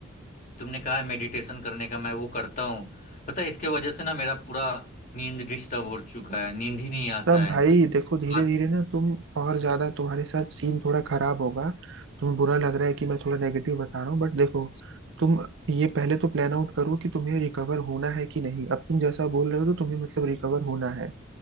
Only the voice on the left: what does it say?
तुमने कहा है मेडिटेशन करने का मैं वो करता हूँ पता है इसके वजह से ना मेरा पूरा नींद डिस्टर्ब हो चुका है नींद ही नहीं
आता है
रात